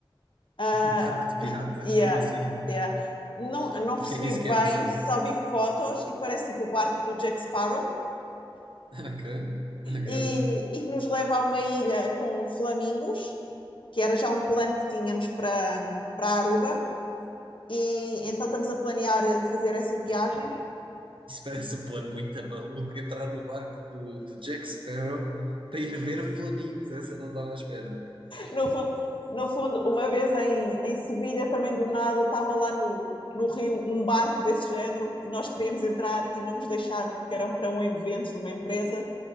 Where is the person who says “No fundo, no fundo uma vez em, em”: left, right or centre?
Left